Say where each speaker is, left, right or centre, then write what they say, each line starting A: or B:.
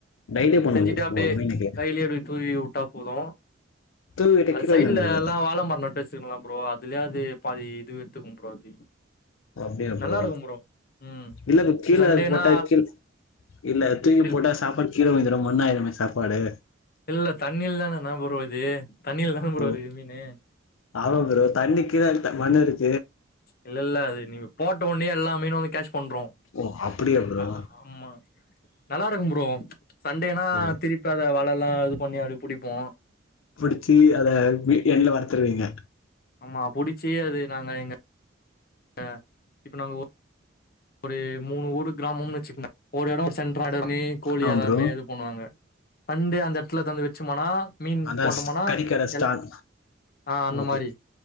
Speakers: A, on the left; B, on the left.
A: டெய்லி பண்ணுவோ
B: செஞ்சுட்டு அப்டியே
A: ப்ரோ மீனுக்கு
B: கையிலயே இப்டி தூவி உ ட்டா போது
A: தூவிட்டு
B: அது
A: கீழ
B: சைட்ல
A: விழுந்துரு
B: எல்லா வாழ மரோ நட்டு வச்சிருக்கறோ ப்ரோ அதுலயே அது பாதி இது எடுத்துக்கு ப்ரோ அது
A: ஓ அப்டியா
B: நல்லா
A: ப்ரோ
B: இருக்கும் ம்
A: இல்ல அது கீழ
B: சண்டேனா
A: அது போட்டா கீழ் இல்ல தூக்கி
B: அப்படி
A: போட்டா சாப்பாடு கீழ விழுந்துரு மண்ணாயிரமே சாப்பாடு
B: இல்ல தண்ணி இல்லனா என்ன ப்ரோ இது தண்ணில தான ப்ரோ
A: ஓ
B: இருக்கு மீனு
A: ஆமா ப்ரோ தண்ணி கீழ அதுக்தா மண்ணு இருக்
B: இல்ல இல்ல அது நீங்க போட்ட உட்னயே எல்லா மீனு ஒன்னு கேட்ச் பண்ரு
A: ஓ அப்டியா ப்ரோ
B: ஆ ஆமா நல்லா இருக்கும் ப்ரோ சண்டேனா
A: ஓ
B: திருப்பி அத வல ல்லா இது பண்ணி அப்டி புடிப்போ
A: புடிச்சி அத வி எண்ணைல வறுத்துருவீங்க
B: ஆமா புடிச்சு அது நாங்க இங்க ஆ இப்ப நாங்க ஒரு மூணு ஊர் கிராமம் வச்சுக்கங்க ஒரு எடோ சென்ட்ரா இது பண்ணி கோழி
A: ஆமா
B: எல்லாமே
A: ப்ரோ
B: இது பண்ணுவாங்க சண்டே அந்த எடத்துல எதானு வச்சுமானா மீன்
A: அதா
B: போட்டோம்னா
A: கறிக்கட ஸ்டால்
B: எல் ஆஹ் அந்த
A: ஓகே
B: மாரி